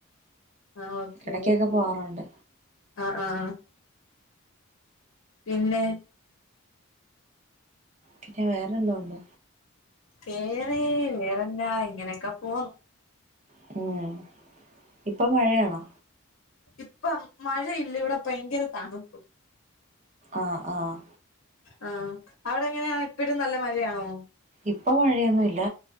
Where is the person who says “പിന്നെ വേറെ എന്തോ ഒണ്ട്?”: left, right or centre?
Right